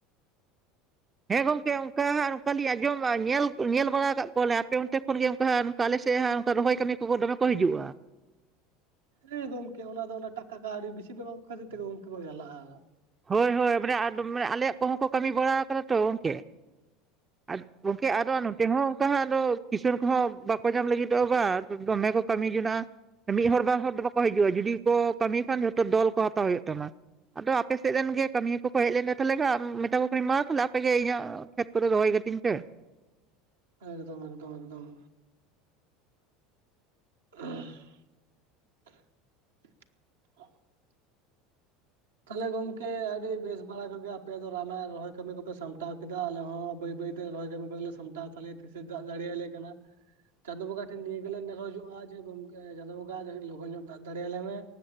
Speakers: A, on the right; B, on the right.
A: ᱦᱮᱸ ᱜᱚᱝᱠᱮ ᱚᱝᱠᱟ ᱟᱨᱚ ᱠᱟᱞᱮ ᱟᱡᱚᱢ ᱧᱮᱞ ᱧᱮᱞ ᱵᱟᱲᱟ ᱟᱠᱟᱫ ᱠᱚᱣᱟ ᱞᱤᱧ ᱟᱯᱮ ᱚᱱᱛᱮ ᱠᱷᱚᱱᱟᱜ ᱜᱮ ᱚᱱᱠᱟ ᱟᱞᱮ ᱥᱮᱫ ᱦᱟᱜ ᱚᱱᱠᱟ ᱨᱚᱦᱚᱭ ᱠᱟᱹᱢᱤ ᱩᱱᱠᱩ ᱠᱚ ᱫᱚᱢᱮ ᱠᱚ ᱦᱤᱡᱩᱜ-ᱟ
B: ᱦᱮᱸ ᱜᱚᱢᱠᱮ ᱚᱱᱟ ᱫᱚ ᱚᱱᱟ ᱴᱟᱠᱟ ᱠᱚ ᱟᱹᱰᱤ ᱵᱮᱥᱤ ᱵᱮ ᱮᱢᱟᱠᱚ ᱠᱷᱟᱹᱛᱤᱨ ᱛᱮ ᱜᱚᱢᱠᱮ ᱠᱚ ᱪᱟᱞᱟᱜ-ᱟ ᱾
A: ᱦᱳᱭ ᱦᱳᱭ ᱢᱟᱱᱮ ᱢᱟᱱᱮ ᱟᱞᱮᱭᱟᱜ ᱠᱚᱦᱚᱸ ᱠᱚ ᱠᱟᱹᱢᱤ ᱵᱟᱲᱟ ᱠᱟᱫᱟ ᱛᱚ ᱜᱚᱢᱠᱮ ᱟᱫᱚ ᱜᱚᱝᱠᱮ ᱱᱚᱛᱮ ᱦᱚ ᱚᱠᱟ ᱦᱚ ᱟᱫᱚ ᱠᱤᱥᱟᱹᱬ ᱠᱚᱦᱚᱸ ᱵᱟᱠᱚ ᱧᱟᱢ ᱞᱟᱹᱜᱤᱫᱚᱜ-ᱟ ᱵᱟ ᱫᱚᱢᱮ ᱠᱚ ᱠᱟᱹᱢᱤ ᱠᱮᱫᱟ -ᱟ ᱾ ᱢᱤᱫ ᱦᱚᱲ ᱵᱟᱨ ᱦᱚᱲ ᱫᱚ ᱵᱟᱠᱚ ᱦᱤᱡᱩᱜ-ᱟ ᱡᱩᱫᱤ ᱠᱚ ᱠᱟᱹᱢᱤ ᱠᱷᱟᱱ ᱡᱷᱚᱛᱚ ᱫᱚᱞ ᱠᱚ ᱦᱟᱛᱟᱣ ᱦᱩᱭᱩᱜ ᱛᱟᱢᱟ ᱟᱫᱚ ᱟᱯᱮᱥᱮᱫ ᱨᱮᱱ ᱜᱮ ᱠᱟᱹᱢᱤᱭᱚ ᱠᱚᱠᱚ ᱦᱮᱡ ᱞᱮᱱ ᱛᱟᱦᱚᱞᱮ ᱟᱢ ᱢᱮᱛᱟ ᱠᱚ ᱠᱟᱹᱱᱤᱧ ᱢᱟ ᱛᱟᱦᱚᱞᱮ ᱟᱯᱮᱜᱮ ᱤᱧᱟᱹᱜ ᱠᱷᱮᱛ ᱠᱚᱨᱮᱫᱚ ᱨᱚᱦᱚᱭ ᱠᱟᱹᱛᱤᱧ ᱯᱮ
B: ᱮᱠᱫᱚᱢ ᱮᱠᱫᱚᱢ ᱮᱠᱫᱚᱢ <inaudible> ᱛᱟᱦᱚᱞᱮ ᱜᱚᱢᱠᱮ ᱟᱹᱰᱤ ᱵᱮᱥ ᱵᱟᱲᱟ ᱠᱚᱜᱮ ᱟᱯᱮ ᱫᱚ ᱨᱟᱢᱟᱭᱚᱱ ᱨᱚᱦᱚᱭ ᱠᱟᱹᱢᱤ ᱠᱚᱯᱮ ᱥᱟᱢᱴᱟᱣ ᱠᱮᱫᱟ ᱟᱞᱮ ᱦᱚᱸ ᱵᱟᱹᱭ ᱵᱟᱹᱭᱛᱮ ᱛᱮ ᱨᱚᱦᱚᱭ ᱠᱟᱹᱢᱤ ᱠᱚᱞᱮ ᱥᱟᱢᱴᱟᱣ ᱛᱟᱞᱮ ᱛᱤᱥ ᱮ ᱫᱟᱜ ᱡᱟᱹᱲᱤ ᱟᱞᱮ ᱠᱟᱱᱟ ᱾ ᱪᱟᱸᱫᱳ ᱵᱚᱸᱜᱟ ᱴᱷᱮᱱ ᱱᱤᱭᱟᱹ ᱜᱮᱞᱮ ᱱᱮᱨᱚᱡᱚᱜ-ᱟ ᱡᱮ ᱜᱚᱢᱠᱮ ᱪᱟᱸᱫᱳ ᱵᱚᱸᱜᱟ ᱞᱚᱜᱚᱱ ᱧᱚᱜ ᱫᱟᱜ ᱡᱟᱹᱲᱤ ᱟᱞᱮ ᱢᱮ